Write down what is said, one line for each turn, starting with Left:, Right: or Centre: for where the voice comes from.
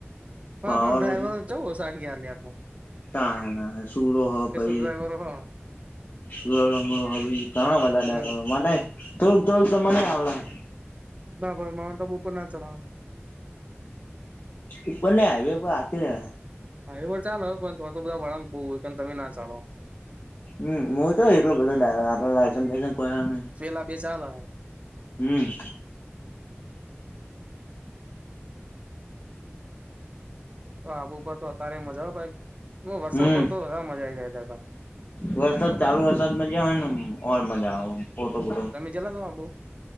Right: પણ
Left: પાવર
Right: પણ ડ્રાઈવર ચવું સાહીયાર લેબ માં
Left: તા ના સુૂરો હ પહી
Right: ડ્રાઈવરો હ
Left: લુવો લંગડો હ બીજ કા ઘણા
Right: હમ
Left: બધા મને થોડુંક થોડુંક તો મને આવડે હ.
Right: ના ભાઈ માઉન્ટ આબુ પણ ના ચલાવા
Left: ઉપર ને હાઇવી પર આકીને
Right: હા એ વા પણ ચાલો હ તો તો બધા વળાંક બઉ હોય તમે ના ચાલો.
Left: હમ હું તો એટલો બધો <unintelligible> આપડે લાયસન્સસ લાયસન્સ ક હ્ નહી
Right: જેલા બે ચાલાહ.
Left: હમ્મ.
Right: તો આબુ પર તો અત્યારે મજા ભાઈ વરસાદ
Left: હમ
Right: પડ તો વધાર મજા આઈ જાતા તા.
Left: વરસાદ ચાલુ વરસાદ મજા હોય ને ઓર મજા આવે ફોટો બોટો
Right: જલા તો બાબું